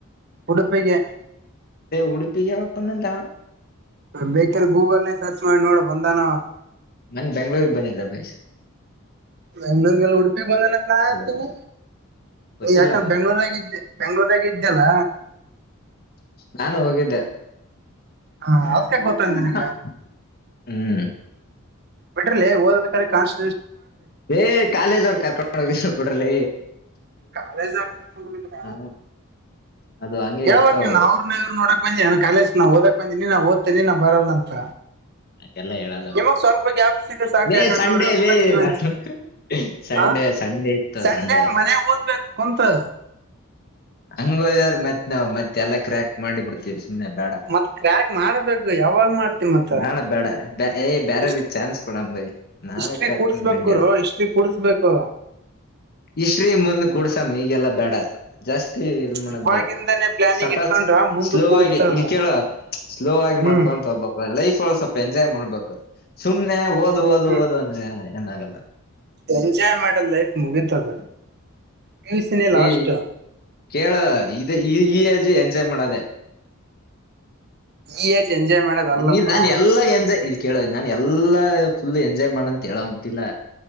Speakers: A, on the right; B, on the left.
A: ಉಡುಪಿಗೆ
B: ಉಡುಪಿಗೆ ಯಾವಾಗ ಬಂದಾಗ್ಲೇ ಹವ
A: ಬೇಕರೆ ಗೂಗಲ್ನ ಸರ್ಚ್ ಮಾಡಿ ನೋಡ ಬಂದನ
B: ಮನ್ನ ಬೆಂಗ್ಳೂರು ಬನ್ದ ಭೈ್
A: ಬೆಂಗ್ಳೂರ್ಗೆಲ್ಲ ಉಡುಪಿ ಬಂದನ ನಾ ಆತನ
B: ಗೊತ್ತ ಗೊತ್ತಿಲ್ಲ
A: ಈ ಯಕನ್
B: ಅಲ್ಲ
A: ಬೆಂಗ್ಳೂರ ಆಗಿದ್ದೆ ಬೆಂಗ್ಳೂರ ಆಗ ಇದ್ದಲ್ಲ
B: ನಾನು ಹೋಗಿದ್ದೆ
A: ಹ
B: ಹ
A: ಅದ್ಕ ಗೊತ್ತ ನಿನಗ
B: ಹ್ಮ್
A: ಬಿಟ್ರಲಿ ಓದದ ಕಾಣಿಸ
B: ಏ ಕಾಲೇಜ್ ಅವ್ರರು ಕರ್ಕೊಂಡು ಹೋಗಿದ್ರು ಪುಡ್ರಲ್ಲ
A: ಕಾಲೇಜ್ ಅವ್ರ ಕರ್ಕೊಂಡ ಬ್ರ
B: ಹ, ಅದು ಹಂಗೆ
A: ಯಾವಾಗ್ನಅವ್ರನೇವ್ರ
B: ಇರ್ತಾವ
A: ನೋಡ ಬಂದಿ ನ ಕಾಲಜ್ ನಾ ಓದಕ್ ಬಂದಿ ನಾ ಓದ್ತೀನಿ ನ ಬರಲ್ಲ ಅಂತ
B: ಹಂಗೆಲ್ಲ ಹೇಳಲ್ಲ
A: ನಿಮಗ್
B: ಬಿಡ್.
A: ಸ್ವಲ್ಪ ಗ್ಯಾಪ್ ಸಿಕ್ಕರ ಸಾಕ
B: ಲೇ
A: ಯಕಡೆ
B: ಸಂಡೇ
A: ನೋಡಿ ಹೋಗ್ಬೇಕ
B: ಲೇ
A: ನೀವತ್ರಿ
B: ನಾನು ಸಂಡೇ
A: ಹ
B: ಸಂಡೇ ಇತ್ತು
A: ಸಂಡೆ
B: ಸಂಡೇ
A: ಮನೆ ಓದಬೇಕು ಕುಂತು
B: ಹಂಗೋದವ್ರೀ ಮತ್ ನಾವ್ ಮತ್ತತ್ ಎಲ್ಲಾ ಕ್ರ್ಯಾಕ್ ಮಾಡಿ ಬಿಡ್ತೇವಿ ಸುಮಮ್ಮನೆ ಬೇಡ
A: ಮತ್ ಕ್ರ್ಯಾಕ್ ಮಾಡ್ಬೇಕು ಯಾವಾಗ ಮಾಡ್ತಿ ಮತ್ತ
B: ಬೇಡ ಬೇಡ ಏ ಬೇರೆ
A: ಇಷ್ಟ್
B: ಚಾನ್ಸ್ ಕೊಡಂಬೈಿ ನಾವೇ
A: ಹಿಸ್ಟ್ರಿ
B: ಕ್ರ್ಯಾಕ್
A: ಕೂಡ್ಸ್ಬೇಕ್
B: ಮಾಡಿದ್ರ ಹಂಗೆ
A: ಗುರು ಹಿಸ್ಟ್ರಿ ಕೂಡ್ಸ್ಬೇಕು
B: ಇಷ್ಟ್ರೀ ಮುಂದ ಕೂಡ್ಸಮ ಈಗೆಲ್ಲಾ ಬೇಡ ಜಾಸ್ತಿ ಇದ ಮಾಡೋದು
A: ಇವಾಗಿಂದಾನೇ
B: ಬೇಡ
A: ಪ್ಲಾನಿಂಗ್
B: ಸಾಕತ್ು
A: ಇಟ್ಕೊಂಡ್ರ ಮುಂದಕ್
B: ಸ್ಲೋ
A: ಕುಡತದ
B: ಆಗಿ ಇಲ್ ಕೇಳುವ ಸ್ಲೋ ಆಗಿ
A: ಹ್ಮ್
B: ಮಾಡ್ಕೊಂತ ಹೋಗ್ಬ ಲೈಫ್ ಳ ಸ್ವಲ್ಪ ಎಂಜಾಯ್ ಮಾಡ್ಬೇಕು ಸುಮ್ನೆ ಓದ್ ಓದ
A: ಹ್ಮ್
B: ಓದ ಅಂದ್ರೆ ಏನಾಗಲ್ಲ
A: ಎಂಜಾಯ್ ಮಾಡೋ ಲೈಫ್ ಮುಗತದ ಪಿ ಯು ಸೀ ನ ಲಾಸ್ಟ್
B: ಈ ಕೇಳ ಇದ ಈ ಈ ಏಜ್ ಎಂಜಾಯ್ ಮಾಡದೆ
A: ಈ ಏಜ್ ಎಂಜಾಯ್ ಮಾಡೋದಲ್ಲಪ್ಪಾ
B: ನೀ ನಾನ್ ಎಲ್ಲಾ ಎಂಜಾಯ್ ಕೇಳೋ ನಾನನ್ ಎಲ್ಲಾ ಫುಲ್ ಎಂಜಾಯ್ ಮಾಡಂತ ಹೇಳಂತಿಲ್ಲ